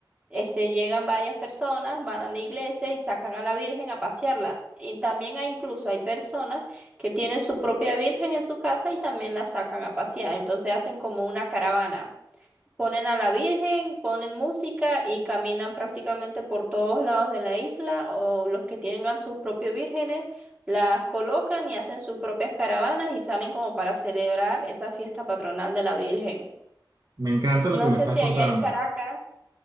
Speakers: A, on the right; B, on the right.
A: este, llegan varias personas, van a la iglesia y sacan a la Virgen a pasearla. Y también hay incluso hay personas que tienen su propia Virgen en su casa y también la sacan a pasear. Entonces hacen como una caravana. Ponen a la Virgen, ponen música y caminan prácticamente por todos lados de la isla o los que tengan sus propios vírgenes las colocan y hacen sus propias caravanas y salen como para celebrar esa fiesta patronal de la Virgen.
B: me encanta
A: No
B: lo que me
A: sé
B: estás
A: si
B: contando,
A: allá en Caracas,